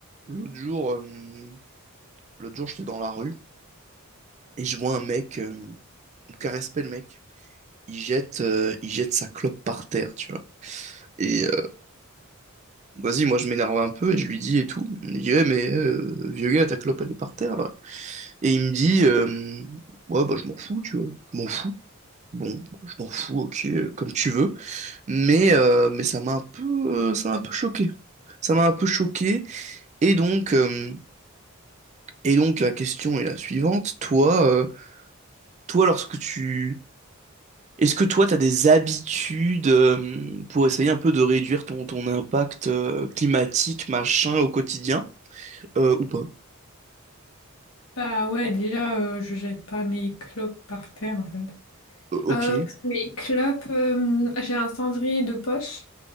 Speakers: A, on the right; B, on the left.
A: L'autre jour, euh, l'autre jour, j'étais dans la rue et je vois un mec, euh, on caresse pas le mec. Il jette, euh, il jette sa clope par terre, tu vois. Et euh, vas-y, moi je m'énerve un peu et je lui dis et tout. Il me dit, ouais, mais euh, vieux gars, ta clope elle est par terre là. Et il me dit, euh, ouais, bah je m'en fous, tu vois. Je m'en fous. Bon, bah, je m'en fous, ok, euh, comme tu veux. Mais, euh, mais ça m'a un peu, euh, ça m'a un peu choqué. Ça m'a un peu choqué. Et donc, euh, et donc la question est la suivante. Toi, euh, toi, lorsque tu Est-ce que toi, tu as des habitudes euh, pour essayer un peu de réduire ton, ton impact euh, climatique, machin, au quotidien? Euh, ou pas?
B: Bah ouais, déjà, euh, je jette pas mes clopes par terre, en fait.
A: Euh, ok.
B: Euh, mes clopes, euh, j'ai un cendrier de poche.